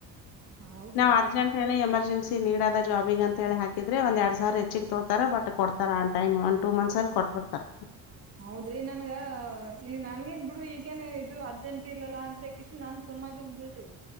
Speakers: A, on the right (about 35°); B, on the left (about 80°).
A: ಹೌದ್ರಿ
B: ನಾವು ಅರ್ಜೆಂಟ್ ಎಮರ್ಜೆನ್ಸಿ ನೀದ ಜಾಬಗ ಅಂತ ಹೇಳಿಾಕಿದ್ರೆ ಒಂದ ಎರಡ್ ಸಾವಿರ ಹೆಚ್ಚಿಗೆ ತೋತ ಬಟ್ ಕೊಡ್ತಾರ ಆ ಟಮ್ ಟೂ ಮಂತ್ಸ್ ಅಲ್ಲಿ ಕೊಟ್ಟಬಡ್ತಾರ
A: ಹೌದ್ರಿ ನನ್ಗ ಈಗ ನನ್ಗೇನ್ ಬಿಡು ಈಗೇನ್ ಇದು ಅರ್ಜೆಂಟ್ ಇಲ್ಲಲ್ಲಾ ಅಂತ ಕಷ್ಣ ನನ್ ಸುಮ್ಮಾಗಿನ್ ಬಿಡ್ರಿ